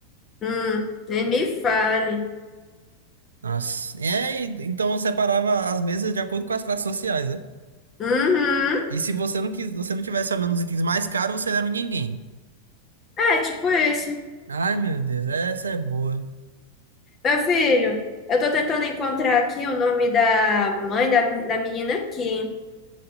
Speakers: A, on the left; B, on the right.
A: Hum, nem me fale.
B: Nossa, é, e- então eu separava as mesas de acordo com as classes sociais, né?
A: Uhum.
B: E se você não quis, você não tivesse olhando os itens mais caros, você não era um ninguém.
A: É, tipo isso.
B: Ai, meu Deus, essa é boa.
A: Meu filho, eu tô tentando encontrar aqui o nome da mãe da, da menina aqui.